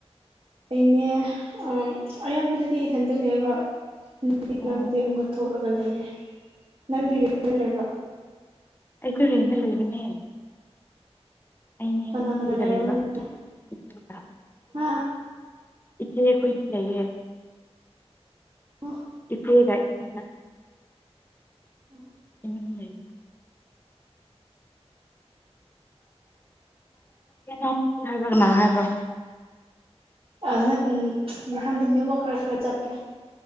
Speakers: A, on the right; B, on the left.
A: ꯑꯩꯅꯦ ꯑꯝ ꯑꯌꯥꯝꯕꯗꯗꯤ ꯏꯊꯟꯗ ꯂꯩꯑꯦꯕ ꯏꯅꯥꯎꯅꯨꯄꯤ
B: ꯑꯣ
A: ꯑꯃꯀ ꯊꯣꯛꯂꯒ ꯂꯩꯌꯦ ꯅꯪ ꯗꯤ ꯔꯦꯟꯗ ꯂꯩꯕ꯭ꯔꯣ
B: ꯑꯩꯈꯣꯏ ꯔꯦꯟꯗ ꯂꯩꯕꯅꯦ ꯑꯩꯅꯦ
A: ꯀꯅꯥ
B: ꯏꯆꯦꯒ
A: ꯀꯅꯥ ꯂꯩꯕꯔꯥ
B: ꯂꯩꯕ
A: ꯅꯪꯗꯤ
B: ꯏꯆꯦꯒ
A: ꯍꯥ
B: ꯏꯆꯦ ꯑꯩꯈꯣꯏ ꯑꯅꯤ ꯂꯩꯌꯦ
A: ꯑꯣ
B: ꯏꯆꯦꯒ ꯏꯆꯦꯒꯥ
A: ꯑꯣ
B: ꯑꯩ ꯍꯨꯝ ꯂꯩ <inaudible> ꯍꯥꯏꯕ꯭ꯔ ꯀꯟꯅꯥ ꯍꯥꯏꯕ꯭ꯔꯣ꯫
A: ꯑ ꯅꯠ ꯎꯝ ꯃꯐꯝꯗ ꯅꯦꯠꯋꯥꯔꯛ ꯈꯔ ꯈꯔ ꯆꯞꯄꯦ꯫